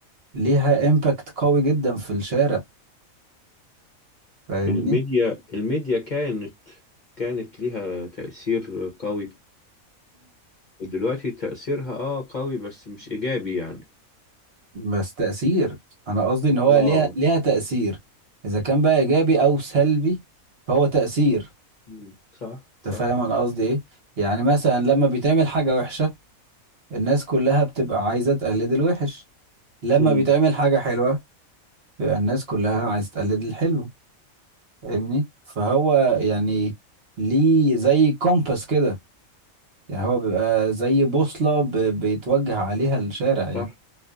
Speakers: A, on the right; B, on the left.
A: ليها امباكت قوي جدا في الشارع فاهمني
B: الميديا الميديا كانت كانت ليها تأثير قوي ودلوقتي تأثيرها اه قوي بس مش إيجابي يعني
A: بس تأثير أنا قصدي إن هو
B: اه
A: ليها ليها تأثير إذا كان بقى إيجابي أو سلبي فهو تأثير
B: مم. صح
A: أنت
B: صح
A: فاهم أنا قصدي إيه؟ يعني مثلا لما بيتعمل حاجة وحشة الناس كلها بتبقى عايزة تقلد الوحش لما
B: مم.
A: بيتعمل حاجة حلوة بيبقى الناس كلها عايزة تقلد الحلو فاهمني؟ فهو يعني ليه زي كومباس كده يعني هو بيبقى زي بوصلة ب- بيتوجه عليها الشارع يعني
B: صح